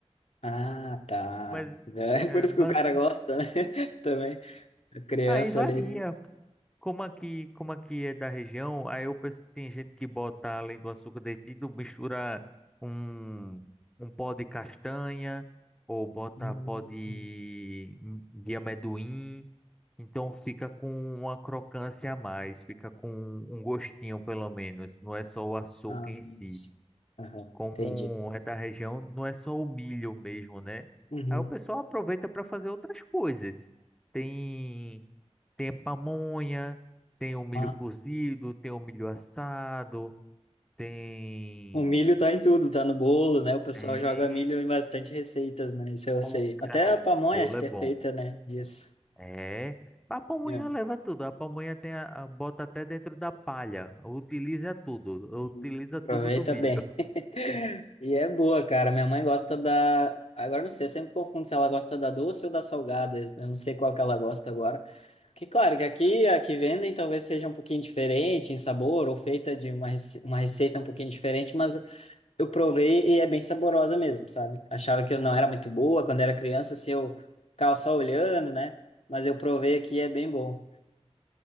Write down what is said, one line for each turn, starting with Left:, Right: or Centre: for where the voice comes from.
Left: Ah, tá.
Centre: mas
Left: É
Centre: é,
Left: <laughs> por isso
Centre: bas-
Left: que o cara gosta, né? <laughs> Também. A criança
Centre: aí varia.
Left: ali.
Centre: Como aqui, como aqui é da região, aí eu penso que tem gente que bota além do açúcar derretido, mistura um, um pó de castanha ou bota
Left: Hum,
Centre: pó de, de amendoim, então fica com uma crocância a mais, fica com um gostinho pelo menos, não é só o açúcar
Left: ah,
Centre: em
Left: mas-
Centre: si.
Left: Aham,
Centre: Como
Left: entendi.
Centre: é da região, não é só o milho mesmo, né?
Left: Uhum.
Centre: Aí o pessoal aproveita para fazer outras coisas. Tem tem a pamonha, tem o milho
Left: Ah,
Centre: cozido, tem o milho assado, tem.
Left: O milho tá em tudo, tá no bolo, né? O pessoal
Centre: Tem.
Left: joga milho em bastante receitas, né? Isso eu
Centre: Pô,
Left: sei.
Centre: cara,
Left: Até a pamonha
Centre: bolo
Left: acho
Centre: é
Left: que
Centre: bom.
Left: é feita, né? Disso.
Centre: É. A pamonha
Left: É.
Centre: leva tudo. A pamonha tem a, a- bota até dentro da palha. Utiliza tudo.
Left: Uhum.
Centre: Utiliza tudo
Left: Aproveita
Centre: do milho.
Left: bem. <laughs> E é boa, cara. Minha mãe gosta da. Agora não sei, eu sempre confundo se ela gosta da doce ou da salgada. Eu não sei qual que ela gosta agora. Que claro que aqui a que vendem talvez seja um pouquinho diferente em sabor ou feita de uma, rece- uma receita um pouquinho diferente, mas eu provei e é bem saborosa mesmo, sabe? Achava que eu não era muito boa quando era criança, se eu ficava só olhando, né? Mas eu provei aqui e é bem bom.